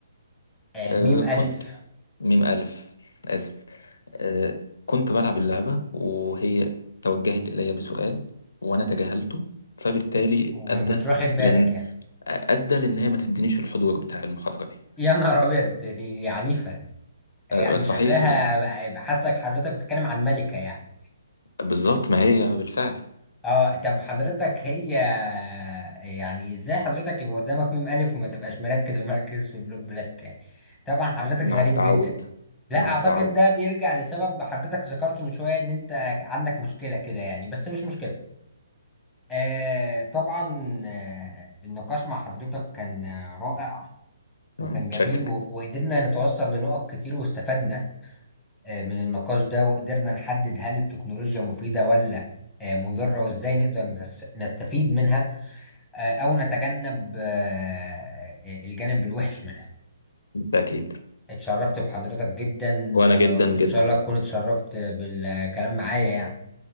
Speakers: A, in the centre; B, on the left.
A: آه
B: آه،
A: ميم الف
B: كنت ميم ألف آسف آه، كنت بلعب اللعبة وهي توجهت إلي بسؤال وأنا تجاهلته فبالتالي
A: وما
B: أدى
A: كنتش واخد بالك
B: لأن
A: يعني
B: أدى لأن هي ما تدينيش الحضور بتاع المحاضرة دي
A: يا نهار ابيض دي دي عنيفه يعني
B: آه، صحيح
A: شكلها
B: ال-
A: بقى- بقى حاسك حضرتك بتتكلم عن ملكه يعني
B: بالظبط ما هي بالفعل
A: اه طب حضرتك هي يعني ازاي حضرتك يبقى قدامك ميم الف وما تبقاش مركز ومركز في بلوك بلاست يعني طبعا حضرتك
B: مع
A: غريب
B: التعود
A: جدا لا
B: مع
A: اعتقد
B: التعود
A: ده بيرجع لسبب حضرتك ذكرته من شوية ان انت عندك مشكلة كده يعني بس مش مشكلة آه طبعا آه النقاش مع حضرتك كان آه، رائع
B: متشكر
A: وكان جميل و- وقدرنا نتوصل لنقط كتير واستفدنا آه، من النقاش ده وقدرنا نحدد هل التكنولوجيا مفيدة ولا آه، مضرة وازاي نقدر نستف- نستفيد منها آه، او نتجنب آه، آه، الجانب الوحش منها
B: بالتأكيد
A: اتشرفت بحضرتك جدا
B: وأنا
A: آه،
B: جدا
A: وان
B: جدا
A: شاء الله تكون اتشرفت بالكلام معايا يعني